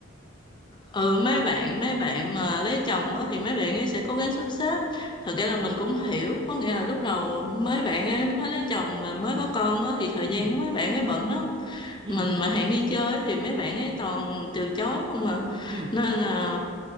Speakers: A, on the left; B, on the right.
A: ừ mấy bạn mấy bạn mà lấy chồng á thì mấy bạn ấy sẽ cố gắng sắp xếp thật ra là mình cũng hiểu có nghĩa là lúc đầu mấy bạn ấy mới lấy chồng và mới có con á thì thời
B: ừ
A: gian của mấy bạn ấy bận lắm
B: ừ
A: mình mà hẹn đi chơi thì mấy bạn ấy toàn từ chối không à
B: ừ
A: nên là